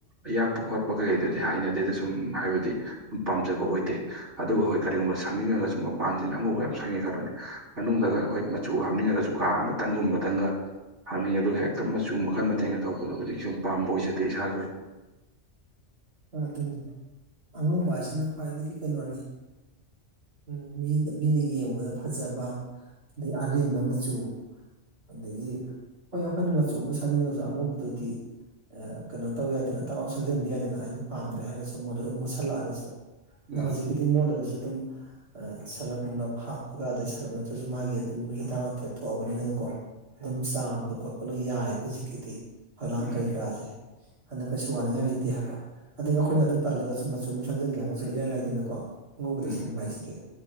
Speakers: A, on the right; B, on the right.
A: ꯑꯌꯥꯛꯄ ꯈꯣꯠꯄ ꯀꯩꯀꯩꯗꯨꯗꯤ ꯍꯩꯅꯗꯦꯗ ꯁꯨꯝ ꯍꯥꯏꯕꯗꯤ ꯁꯨꯝ ꯄꯥꯝꯖꯕ ꯑꯣꯏꯗꯦ ꯑꯗꯨꯒ ꯍꯣꯏ ꯀꯔꯤꯒꯨꯝꯕ ꯁꯪꯅꯤꯡꯉꯒꯁꯨ ꯃꯄꯥꯟꯁꯤꯅ ꯑꯉꯧꯕ ꯌꯥꯝ ꯁꯪꯉꯦ ꯈꯔꯣꯅꯦ ꯃꯅꯨꯡꯗꯒ ꯍꯣꯏ ꯃꯆꯨ ꯍꯥꯞꯅꯤꯡꯉꯒꯁꯨ ꯀꯥ ꯑꯃꯇꯪꯒꯨꯝꯕꯇꯪꯒ ꯍꯥꯞꯅꯤꯡꯉꯦ ꯑꯗꯨꯒ ꯍꯦꯛꯇ ꯃꯆꯨ ꯃꯈꯜ ꯃꯊꯦꯡꯅ ꯇꯧꯕꯗꯣ ꯑꯗꯨꯗꯤ ꯁꯨꯝ ꯄꯥꯝꯕ ꯑꯣꯏꯖꯗꯦ ꯏꯁꯥꯒꯤ ꯑꯣꯏꯅ
B: ꯍꯣꯏ ꯑꯗꯨꯅꯤ ꯑꯉꯧꯕ ꯍꯥꯏꯁꯤꯅ ꯈ꯭ꯋꯥꯏꯗꯒꯤ ꯀꯩꯅꯣꯅꯤ ꯎ ꯃꯤꯅ ꯃꯤꯅ ꯌꯦꯡꯕꯗ ꯐꯖꯕ ꯑꯗꯩ ꯑꯔꯦꯝꯕ ꯃꯆꯨ ꯑꯗꯒꯤ ꯍꯣꯏ ꯑꯩꯈꯣꯏꯅ ꯃꯆꯨ ꯑꯃ ꯁꯪꯅꯤꯡꯉꯁꯨ ꯑꯉꯧꯕꯗꯗꯤ ꯀꯩꯅꯣ ꯇꯧꯋꯤ ꯍꯥꯏꯗꯅ ꯇꯔꯥꯝ ꯁꯪꯖꯟꯕꯤ ꯌꯥꯏꯗꯅ ꯑꯩꯅ ꯄꯥꯝꯗ꯭ꯔꯦ ꯍꯥꯏꯔꯒꯁꯨ ꯃꯣꯟꯗꯁꯨ ꯃꯨꯠꯁꯤꯜꯂꯛꯑꯒꯁꯨ ꯑꯗꯨꯅ
A: ꯎꯝ
B: ꯍꯧꯖꯤꯛꯀꯤꯗꯤ ꯃꯣꯂꯒꯁꯨ ꯑꯗꯨꯝ ꯁꯔꯞ ꯅꯨꯡꯂꯞ ꯍꯥꯞꯄꯒ ꯑꯗꯩ ꯁꯔꯞ ꯅꯠꯇ꯭ꯔꯁꯨ ꯃꯥꯒꯤ ꯑꯗꯨꯝ ꯍꯤꯗꯥꯛ ꯂꯥꯡꯊꯛ ꯊꯣꯛꯑꯕꯅꯤꯅ ꯀꯣ ꯑꯗꯨꯝ ꯆꯥꯝꯕ ꯈꯣꯠꯄ ꯂꯣꯏ ꯌꯥꯔꯦꯕ ꯍꯧꯖꯤꯛꯀꯤꯗꯤ ꯍꯂꯥꯡ
A: ꯎꯝ
B: ꯀꯔꯤ ꯀꯔꯥꯁꯦ ꯑꯗꯣ ꯀꯩꯁꯨ ꯋꯥꯅꯤꯡꯉꯥꯏ ꯂꯩꯇꯦ ꯍꯥꯏꯕ ꯑꯗꯗꯒꯤ ꯑꯩꯈꯣꯏꯅ ꯑꯗꯨ ꯇꯜꯂꯒꯁꯨ ꯃꯆꯨ ꯑꯃ ꯁꯪꯖꯟꯒꯦ ꯍꯥꯏꯔꯒꯁꯨ ꯏꯔꯥꯏ ꯂꯥꯏꯗꯅꯀꯣ ꯑꯉꯧꯕꯗ
A: ꯎꯝ
B: ꯁꯪꯕ ꯍꯥꯏꯁꯤꯗꯤ